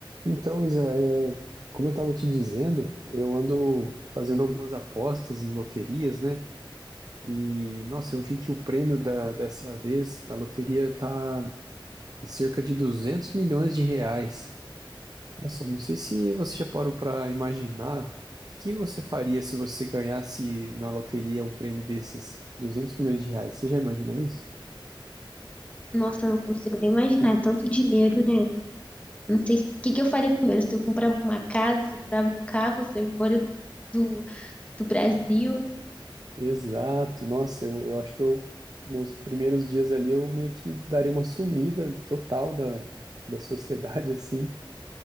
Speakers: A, on the right (about 45°); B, on the left (about 15°).
A: Então, Isa, é, como eu estava te dizendo, eu ando fazendo algumas apostas em loterias, né? E, nossa, eu vi que o prêmio da, dessa vez da loteria tá em cerca de 200 milhões de reais. Nossa, eu não sei se você já parou para imaginar o que você faria se você ganhasse na loteria um prêmio desses 200 milhões de reais. Você já imaginou isso?
B: Nossa, eu não consigo nem imaginar, é tanto dinheiro, né? Não sei se- o que que eu faria primeiro, se eu comprava uma casa, se eu comprava um carro, se eu ia embora do, do Brasil.
A: Exato, nossa, eu, eu acho que eu, nos primeiros dias ali, eu meio que daria uma sumida total da, da sociedade, <laughs> assim,